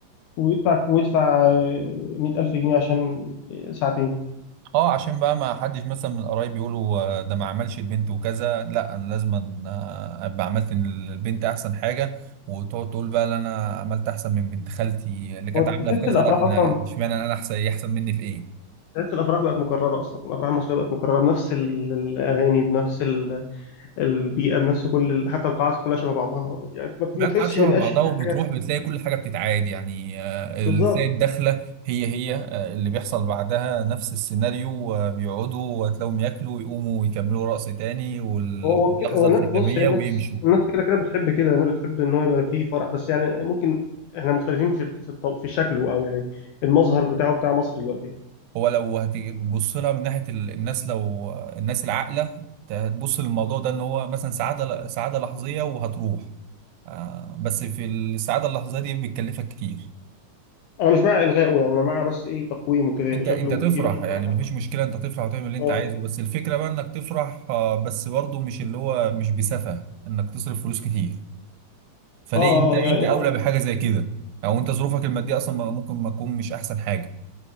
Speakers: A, on the left; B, on the right.
A: ويدفع ويدفع مئة ألف جنيه عشان ساعتين
B: اه عشان بقى ما حدش مثلا من القرايب يقولوا آه، ده ما عملش البنت وكذا لا أنا لازم آه، أبقى عملت البنت أحسن حاجة وتقعد تقول بقى لا أنا عملت أحسن من بنت خالتي اللي كانت
A: هو تحس
B: عاملة في كذا
A: الافراح
B: لا أنا
A: اصلا
B: اشمعنى أنا أحسن هي أحسن مني في إيه
A: تحس الافراح بقت مكرره اصلا الافراح المصريه بقت مكرره بنفس ال- الاغاني بنفس ال- البيئه بنفس كل ال- حتى القاعات كلها شبه بعضها يعني ما
B: مواقع
A: ما تحسش
B: شبه
A: ان بقاش
B: بعضها
A: فيها
B: وبتروح
A: حاجه
B: بتلاقي كل حاجه بتتعاد يعني آه،
A: بالظبط
B: ال- تلاقي الدخله هي هي آه، اللي بيحصل بعدها نفس السيناريو آه، بيقعدوا وتلاقيهم ياكلوا ويقوموا ويكملوا رقص تاني واللحظه
A: هو هو كده هو الناس
B: الختاميه
A: بص هي الناس
B: ويمشوا
A: الناس كده كده بتحب كده الناس بتحب ان هو يبقى فيه فرح بس يعني ممكن احنا مختلفين في في, الط- في شكله او يعني المظهر بتاعه بتاع مصر دلوقتي
B: هو لو هتبص لها من ناحيه ال- الناس لو آه، الناس العاقله هت- هتبص للموضوع ده ان هو مثلا سعاده سعاده لحظيه وهتروح آه، بس في السعاده اللحظيه دي بتكلفك كتير
A: انا مش مع الغائه يعني انا مع بس ايه تقويمه كده يبقى
B: انت
A: شكله
B: انت تفرح
A: يبقى شكله
B: يعني
A: اخف
B: مفيش مشكله انت تفرح وتعمل اللي انت
A: اه
B: عايزه بس الفكره بقى انك تفرح آه، بس برضه مش اللي هو مش بسفه انك تصرف فلوس كتير فليه
A: اه آه،
B: انت انت
A: يعني
B: اولى بحاجه زي كده او انت ظروفك الماديه اصلا ما- ممكن ما تكون مش احسن حاجه